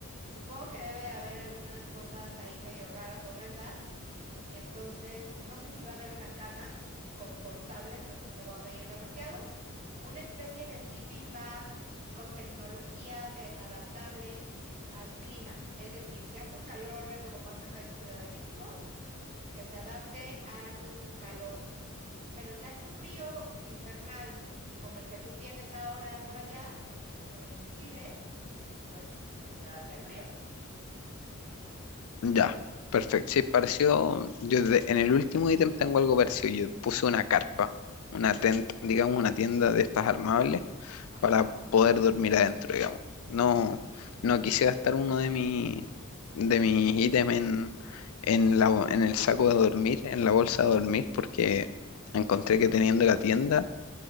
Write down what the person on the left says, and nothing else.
Ya, perfecto. Sí, pareció, yo de- en el último ítem tengo algo parecido. Yo puse una carpa, una tent, digamos una tienda de estas armables,
para poder dormir adentro, digamos. No, no quise gastar uno de mi, de mis ítems en, en la, bo- en el saco de dormir, en la bolsa de dormir, porque encontré que teniendo la tienda,